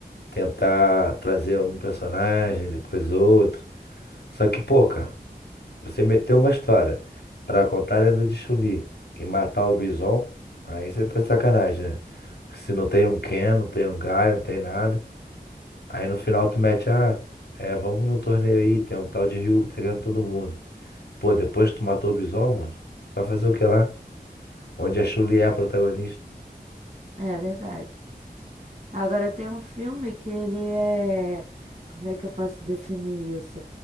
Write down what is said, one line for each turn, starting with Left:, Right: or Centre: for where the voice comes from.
Left: Tentar trazer um personagem, depois outro. Só que, pô, cara, você meteu uma história pra contar a lenda de Chun-Li e matar o Bison, aí você tá de sacanagem, né? Se não tem um Ken, não tem um Guy, não tem nada. Aí no final tu mete, ah, é, vamos no torneio aí, tem um tal de Ryu que tá ganhando todo mundo. Pô, depois que tu matou o Bison, mano, vai fazer o que lá? Onde a Chun-Li é a protagonista?
Right: É verdade. Agora tem um filme que ele é... Como é que eu posso definir isso?